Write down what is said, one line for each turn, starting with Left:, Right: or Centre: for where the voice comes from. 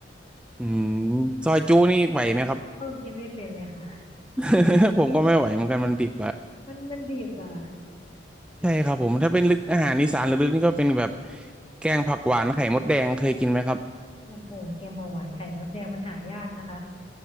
Centre: อืมซอยจูนี่ไหวไหมครับ
Left: เออกินไม่เป็นเลยค่ะ
Centre: <laughs> ผมก็ไม่ไหวเหมือนกันมันดิบอะ
Left: มันมันดิบอ่ะ
Centre: ใช่ครับผมถ้าเป็นลึกอาหารอีสานลึกๆนี่ก็เป็นแบบแกงผักหวานไข่มดแดงเคยกินไหมครับ
Left: โอ้โหแกงเผาหวานไข่มดแดงมันหายากนะคะ